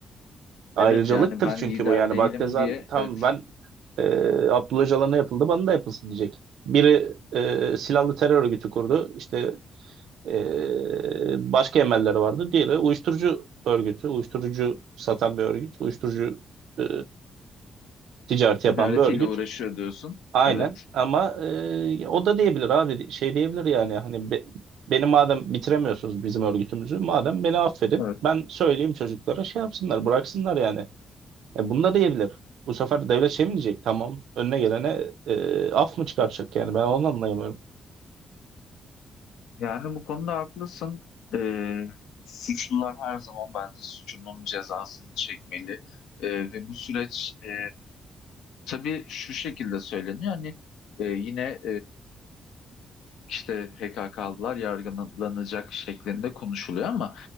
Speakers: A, on the right; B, on the left.
A: Ayrıcalıktır
B: Evet yani ben
A: çünkü
B: lider
A: bu yani
B: değilim
A: Baktezan
B: diye
A: tam
B: evet
A: ben e, Abdullah Öcalan'a ne yapıldı bana da yapılsın diyecek. Biri e, silahlı terör örgütü kurdu işte e, başka emelleri vardı. Diğeri uyuşturucu örgütü, uyuşturucu satan bir örgüt, uyuşturucu e, ticareti yapan
B: idaretiyle
A: bir örgüt.
B: uğraşıyor diyorsun.
A: Aynen
B: Evet.
A: ama e, o da diyebilir abi şey diyebilir yani hani be- beni madem bitiremiyorsunuz bizim örgütümüzü madem beni affedin
B: Evet.
A: ben söyleyeyim çocuklara şey yapsınlar bıraksınlar yani. E, bunu da diyebilir. Bu sefer devlet şey mi diyecek? Tamam. Önüne gelene e, af mı çıkaracak yani? Ben onu anlayamıyorum.
B: Yani bu konuda haklısın. Ee, suçlular her zaman bence suçunun cezasını çekmeli. Ee, ve bu süreç e, tabii şu şekilde söyleniyor. Hani e, yine işte PKK'lılar yargılanacak şeklinde konuşuluyor ama